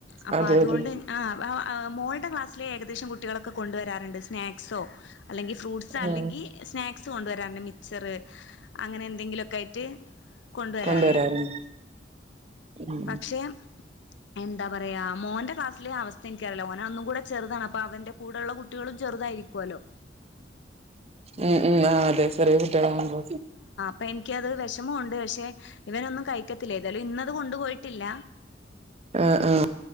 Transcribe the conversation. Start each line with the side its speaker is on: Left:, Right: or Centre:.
Left: അപ്പോ
Right: അതെ
Left: അത്
Right: അതെ
Left: കൊണ്ട് ആഹ്‌ ആഹ് മോൾടെ ക്ലാസ്സിലെ ഏകദേശം കുട്ടികളൊക്കെ കൊണ്ടുവരാറ്ണ്ട് സ്നാക്സോ അല്ലെങ്കി ഫ്രൂട്ട്സ്സ്
Right: ആ
Left: അല്ലെങ്കി സ്നാക്സ് കൊണ്ട് വരാറ്ണ്ട് മിച്ചറ് അങ്ങനെ എന്തെങ്കിലുക്കായിറ്റ് കൊണ്ടുവരാ
Right: വരാറുണ്ട് ഉം
Left: പക്ഷെ എന്താ പറയാ മോന്റെ ക്ലാസ്സിലെ അവസ്ഥ ഇൻക്കറീല്ല മോനൊന്നും കൂടെ ചെറുതാണ്, അപ്പൊ അവന്റെ കൂടെള്ള കുട്ടികള് ചെറുതായിരിക്കുവല്ലോ
Right: ഉം ഉം ആഹ് അതെ ചെറിയകുട്ടിയാളാവുമ്പോ
Left: പ്പൊ എനിക്കത് വെഷമോണ്ട് പക്ഷെ ഇവനൊന്നും കഴിക്കത്തില്ല, ഏതായാലും ഇന്നത് കൊണ്ട് പോയിട്ടില്ല
Right: ആഹ് ആഹ്